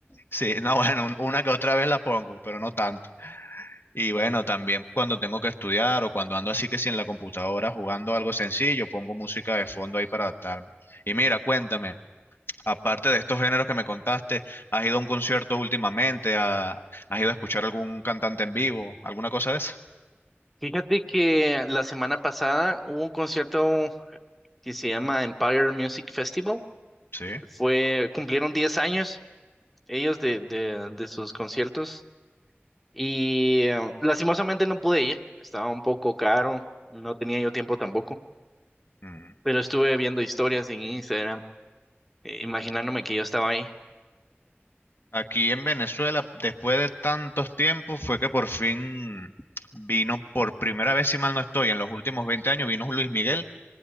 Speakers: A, on the left; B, in the centre.
A: Sí, <laughs> no, bueno, un- una que otra vez la pongo, pero no tanto. Y bueno, también cuando tengo que estudiar o cuando ando así que si en la computadora jugando algo sencillo, pongo música de fondo ahí para adaptarme. Y mira, cuéntame, aparte de estos géneros que me contaste, ¿has ido a un concierto últimamente? ¿A- ¿Has ido a escuchar algún cantante en vivo? ¿Alguna cosa de esa?
B: Fíjate que la semana pasada hubo un concierto que se llama Empire Music Festival.
A: Sí.
B: Fue, cumplieron 10 años ellos de, de, de sus conciertos Y eh, lastimosamente no pude ir, estaba un poco caro, no tenía yo tiempo tampoco,
A: Mm.
B: pero estuve viendo historias en Instagram, eh, imaginándome que yo estaba ahí.
A: Aquí en Venezuela, después de tantos tiempos, fue que por fin vino por primera vez, si mal no estoy, en los últimos 20 años, vino Luis Miguel